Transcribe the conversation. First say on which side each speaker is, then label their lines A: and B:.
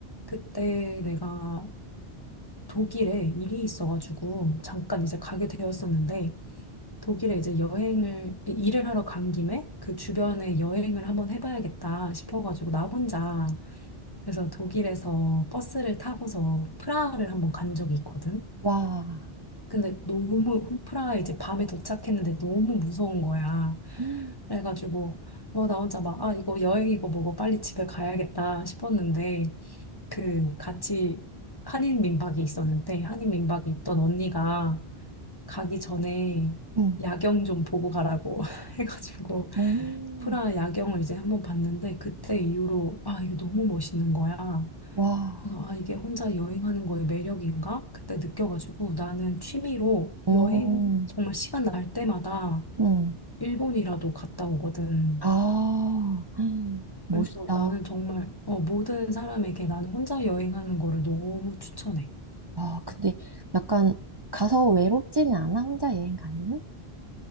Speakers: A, on the left (about 20°); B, on the right (about 25°).
A: 그때 내가 독일에 일이 있어가지고 잠깐 이제 가게 되었었는데 독일에 이제 여행을 일을 하러 간 김에 그 주변에 여행을 한번 해봐야겠다 싶어가지고 나 혼자 그래서 독일에서 버스를 타고서 프라하를 한번 간 적이 있거든.
B: 와,
A: 근데 너무 프라하에 이제 밤에 도착했는데 너무 무서운 거야.
B: 음,
A: 그래가지고 뭐 나 혼자 막 아 이거 여행이고 뭐고 빨리 집에 가야겠다 싶었는데 그 같이 한인 민박이 있었는데 한인 민박이 있던 언니가 가기 전에
B: 응,
A: 야경 좀 보고 가라고 <laughs> 해가지고
B: 음,
A: 프라 야경을 이제 한번 봤는데 그때 이후로 아 이게 너무 멋있는 거야.
B: 와,
A: 그래서 아 이게 혼자 여행하는 거의 매력인가? 그때 느껴가지고 나는 취미로
B: 음,
A: 여행 정말 시간 날 때마다
B: 응.
A: 일본이라도 갔다 오거든.
B: 아, 음, 멋있다.
A: 그래서 나는 정말 어, 모든 사람에게 나는 혼자 여행하는 거를 너무 추천해.
B: 아, 근데 약간 가서 외롭지는 않아, 혼자 여행 가면은?